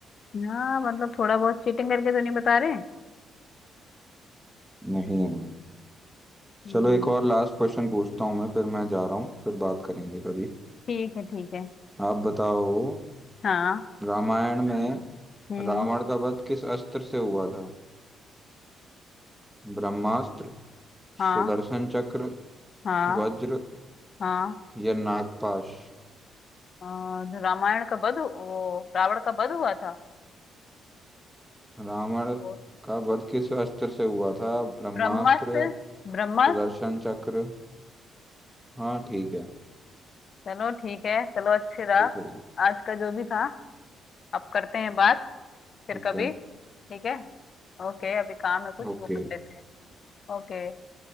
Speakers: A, on the left; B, in the centre.
A: हाँ मतलब थोड़ा बहुत चीटिंग करके तो नहीं बता रहे
B: नहीं है
A: हम्म,
B: चलो एक और लास्ट क्वेश्चन पूछता हूँ मैं फिर मैं जा रहा हूँ फिर बात करेंगे कभी
A: ठीक है ठीक है
B: आप बताओ
A: हाँ
B: रामायण में
A: हम्म
B: रावण का वध किस अस्त्र से हुआ था ब्रह्मास्त्र
A: हाँ
B: सुदर्शन चक्र
A: हाँ
B: वज्र
A: हाँ
B: या नागपाश
A: और रामायण का वध हु- वो रावण का वध हुआ था
B: रावण
A: वो
B: का वध किस अस्त्र से हुआ था ब्रह्मास्त्र
A: ब्रह्मास्त्र ब्रह्मास्त्र
B: सुदर्शन चक्र हाँ ठीक है
A: चलो ठीक है चलो अच्छी
B: बिल्कुल
A: रहा
B: सही
A: आज का जो भी था अब करते हैं बात फिर
B: ठीक
A: कभी
B: है
A: ठीक है ओके अभी काम है कुछ
B: ओके
A: वो कर लेते हैं ओके